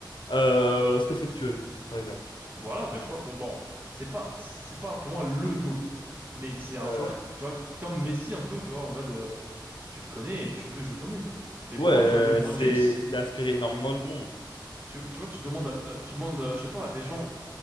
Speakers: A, on the left; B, on the right.
A: Euh, Stephen Curry, par exemple.
B: Voilà, ben, tu vois, bon, bon, c'est pas, c'est pas pour moi le GOAT, mais c'est un
A: Euh,
B: joueur, tu vois, comme Messi un peu, tu vois, en mode, euh, tu le connais et tu veux jouer comme lui. Mais
A: ouais,
B: pour moi,
A: euh,
B: tu vois, LeBron
A: c'est.
B: James.
A: Il a inspiré énormément de monde.
B: Tu, tu vois, tu demandes, à- euh, tu demandes, euh, je sais pas, à des gens,